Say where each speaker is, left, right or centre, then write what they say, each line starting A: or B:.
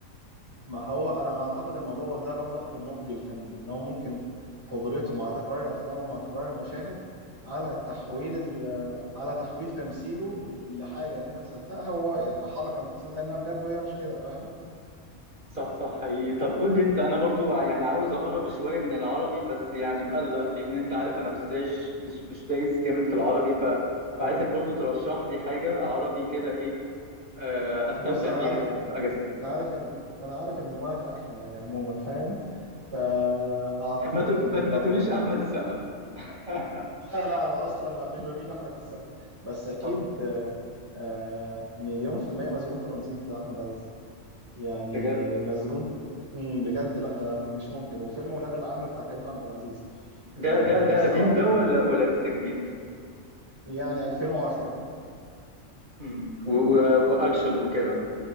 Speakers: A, on the right; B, on the right.
A: ما هو انا اعتقد الموضوع ده له علاقه بالنضج الفني ان هو ممكن قدرته مع تكرار الافلام ومع تكرار المشاهد على تحويل ال- على تحويل تمثيله ل- لحاجه انت تصدقها وهو يعني حركه انت تصدق انها بجد وهي مش كده فاهم؟
B: صح صح حقيقي طب قول لي انت انا برضو يعني عاوز اقرب شويه من العربي بس يعني مقلق لان انت عارف انا مش دايش مش مش دايس جامد في العربي ف...
A: عربي
B: فعايزك
A: يعني
B: برضو ترشح لي حاجه عربي كده ايه آه، استمتع
A: بص انا
B: بيها
A: عارف
B: يعني في اجازتي
A: انا عارف ان انا عارف ان دماغك اكشن يعني عموما فاهم؟ فاعتقد
B: ما تقول- ما
A: لو
B: ما تقوليش احمد السقا <laughs>
A: لا لا انا اصلا لا مش بميل لاحمد السقا بس اكيد
B: اه
A: آه، آه، مليون في المية مسجون ترانزيت بتاع احمد عز يعني
B: بجد
A: مسجون مم، بجد لا ده مش ممكن وفيلم ولاد العم بتاع كريم عبد العزيز
B: ده
A: آه
B: ده ده
A: سواء
B: قديم ده ولا ولا لسه جديد
A: يعني 2010
B: امم و- و- واكشن وكده